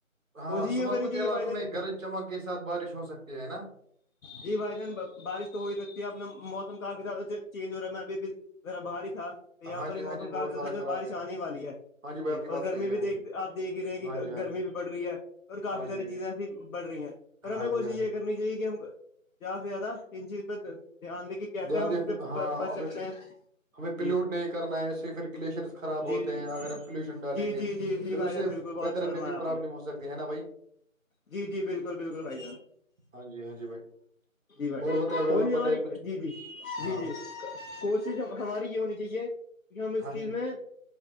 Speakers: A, on the right; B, on the left.
A: ہاں
B: کوشش یہ
A: صبح
B: کرنی
A: کچھ
B: چاہیے
A: علاقوں
B: بھائی جان
A: میں گر چمک کے ساتھ بارش ہو سکتی ہے نا
B: جی بھائی جان بارش تو ہو ہی سکتی ہے اپنا موسم کافی زیادہ چینج ہو رہا ہے میں ابھی بھی ذرا بہر ہی تھا تو یہاں
A: ہاں
B: پر ہی
A: جی ہاں
B: موسم
A: جی
B: کافیا
A: بہت سارا
B: تھا جو
A: خراب
B: بارش
A: ہے
B: آنے والی ہے
A: ہاں بھائی
B: جی
A: آپ کی
B: اور
A: بات
B: گرمی
A: صحیح ہے
B: بھی
A: ہاں
B: دیکھ
A: جی
B: آپ دیکھ ہی رہے ہیں
A: ہاں
B: کہ
A: جی ہاں
B: گرمی
A: جی
B: بھی بڑھ رہی ہے اور کافی
A: ہاں
B: ساری
A: جی
B: چیزیں ایسی بڑھ رہی ہیں پر ہمیں
A: ہاں
B: کوشش
A: جی ہاں
B: یہ
A: جی
B: کرنی چاہیے کہ ہم زیادہ سے زیادہ ان چیز پہ دھیان دے کہ کیسے
A: دھیان
B: ہم
A: دے۔
B: اس سے
A: ہاں
B: بچ سکتے
A: ابھی
B: ہیں
A: ہمیں پلیوٹ
B: جی
A: نہیں کرنا ہے اسے پھر گلیشیئرس خراب
B: جی
A: ہوتے
B: جی
A: ہیں اگر ہم پلیوشن ڈالیں
B: جی جی
A: گے
B: جی جی
A: پھر
B: بھائی
A: اسے
B: جان بالکل بہت
A: ویدر
B: اچھا فرمایا
A: میں بھی
B: آپ
A: پرابلم
B: نے
A: ہو سکتی ہے نا بھائی
B: جی جی بالکل بالکل بھائی جان
A: ہاں جی ہاں جی بھائی
B: جی بھائی
A: اور
B: جان
A: بتائے بھائی
B: کوئی
A: اور
B: ہماری
A: بتائے کچھ
B: جی جی جی
A: ہاں
B: جی کوشش ہماری یہ ہونی چاہیے کہ ہم اس
A: ہاں
B: چیز
A: جی
B: میں